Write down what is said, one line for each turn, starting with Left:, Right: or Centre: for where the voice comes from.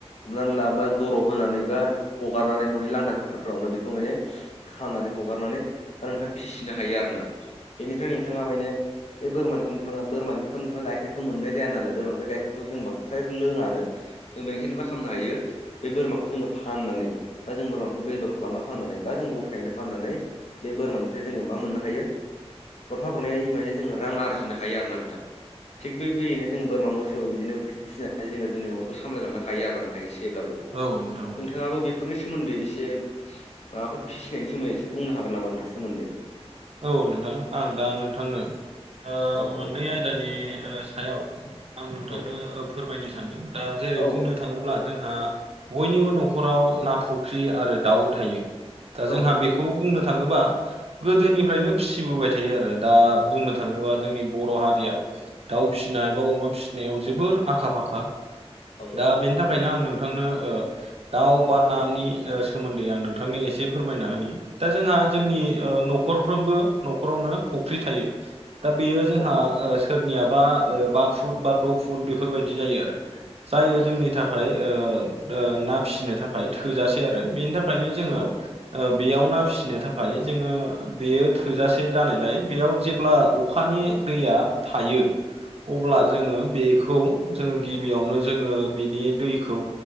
Left: हमनानै ला बा दर' होनानै बा हगारनानै न'नि लांदां फोथारफ्रावनो बेखौ माने खानानै हगारनानै आरो नोंथाङा फिसिनो हायो आरोना बेनिफ्राय नोंथाङा माने बे बोरमानिथ' नोंथाङा बोरानिफ्रायथ' नोंथाङा गाइखेरखौ मोननाय जाया नालाय बोरमानिफ्राय गाइखेर जों फ्राय लोङानो जों बेनिखायनो मा खालामनो हायो बे बोरमाखौ जोङो फाननानै बा जों बोरमाखौ बेदर खालामना फाननानै बा जों गथायैनो फाननानै बे बोरमानिफ्राय जोङो मा मोननो हायो गरफा गरनै माने जोङो रां आरजिनो हायो आरो नोंथां थिग बेबायदिनो जोङो बोरमा मो सौ बिदिनो फसिनानै जोङो जोंनि नखरखौ सामलायलांनो हायो आरो ना नोंथां एसेब्लाबो
Right: औ नोंथां औ
Left: नोंथाङाबो बेफोरनि सो सोमोन्दै एसे माबाफोर फिसिनायनि सोमोन्दै एसे बुंनो हागोन नामा नोंथां सोमोन्दै
Right: औ नोंथां आं दा नोंथांनो ओ
Left: औ
Right: मोननै
Left: औ
Right: आय दानि ओ सायाव आं नोंथांनो
Left: औ
Right: फोरमायनो सानदों दा जेरै
Left: औ
Right: बुंनो थाङोब्ला जोंहा बयनिबो न'खराव ना फुख्रि आरो दाउ थायो दा
Left: औ
Right: जोंहा बेखौ बुंनो थाङोबा गोदोनिफ्रायनो फिसिबोबाय थायो आरो दा बुंनो थाङोबा जोंनि बर' हारिया
Left: औ
Right: दाउ फिसिनाय बा अमा फिसिनायाव जोबोर आखा फाखा
Left: औ
Right: दा बेनि थाखायनो आं नों थांनो ओ दाउ बा नानि सोमोन्दै आं नोंथांनो एसे फोरमायना होनि दा जोंहा जोंनि
Left: उम
Right: ओ न'खरफ्रोमबो न'खरावनो फुख्रि थायो दा बेयो जोंहा
Left: औ
Right: ओ सोरनियाबा ओ बा फुट बा द' फुट बेफोरबायदि जायो आरो जायो
Left: औ
Right: जोंनि थाखाय ओ ओ ना फिसिनो थाखाय थोजासे आरो बेनि था खायनो जोङो
Left: औ
Right: ओ बेयाव ना फिसिनो थाखाय जोङो बेयो थोजासे जानायलाय बेयाव जेब्ला अखानि दैया थायो अब्ला
Left: औ
Right: जोंङो बे खौ जोंङो गिबियावनो जोङो बिनि दैखौ